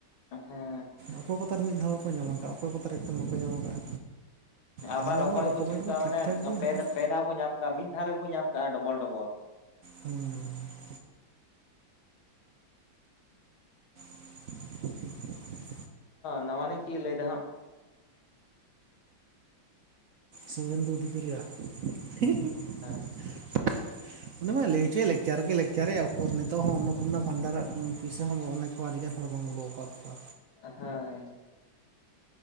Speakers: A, on the left (about 85°); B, on the right (about 60°).
A: ᱦᱮᱸ
B: ᱚᱠᱚᱭ <inaudible> ᱠᱚ ᱮᱛᱟᱨ ᱢᱤᱫ ᱫᱷᱟᱣ ᱜᱮᱠᱚ ᱧᱟᱢ ᱟᱠᱟᱫᱼᱟ ᱚᱠᱚᱭ ᱠᱚᱛᱟᱨ ᱮᱠᱫᱚᱢ ᱵᱟᱠᱚ ᱧᱟᱢ ᱟᱠᱟᱫᱼᱟ
A: ᱟᱵᱟᱨ
B: ᱟᱹᱞᱤᱧᱟᱜ
A: ᱚᱠᱚᱭ
B: ᱢᱟ ᱰᱚᱠᱩᱢᱮᱱᱴ
A: ᱠᱚ ᱪᱮᱫ ᱞᱮᱠᱟ
B: ᱢᱟ ᱴᱷᱤᱠ
A: ᱢᱟᱱᱮ
B: ᱴᱷᱟᱠ ᱜᱮᱭᱟ
A: ᱯᱮ,
B: ᱦᱟᱸᱜ
A: ᱯᱮ ᱫᱷᱟᱣ ᱠᱚ ᱧᱟᱢ ᱠᱟᱜᱼᱟ, ᱢᱤᱫ ᱫᱷᱟᱣ ᱨᱮᱠᱚ ᱧᱟᱢ ᱠᱟᱜᱼᱟ ᱰᱚᱵᱚᱞ ᱰᱚᱵᱚᱞ
B: ᱦᱩᱸ <inaudible> <inaudible>
A: ᱱᱟᱣᱟᱟᱱᱤ ᱪᱤᱫ ᱞᱟᱹᱭᱮᱫᱟ ᱦᱟᱸᱜ
B: ᱥᱩᱵᱷᱮᱱᱫᱩ ᱚᱫᱷᱤᱠᱟᱨᱤᱭᱟ <inaudible>
A: ᱦᱮᱸ
B: <inaudible> ᱩᱱᱤ ᱢᱟᱭ ᱞᱟᱹᱭ ᱦᱚᱪᱚᱭᱮᱜ ᱞᱮᱠᱪᱟᱨ ᱜᱮᱭ ᱞᱮᱠᱪᱟᱨᱮᱜᱼᱟ ᱩᱠᱩᱨ ᱱᱤᱛᱚᱜ ᱦᱚᱸ ᱚᱱᱱᱚᱯᱩᱨᱱᱟ ᱵᱷᱟᱱᱰᱟᱨᱟᱜ ᱯᱩᱭᱥᱟᱹ ᱦᱚᱸ ᱚᱱᱮ ᱛᱚ ᱟᱹᱰᱤᱜᱟᱱ ᱦᱚᱲ ᱵᱟᱝ ᱵᱚᱞᱚ ᱠᱟᱫ ᱠᱚᱣᱟ
A: ᱟ ᱦᱚᱭ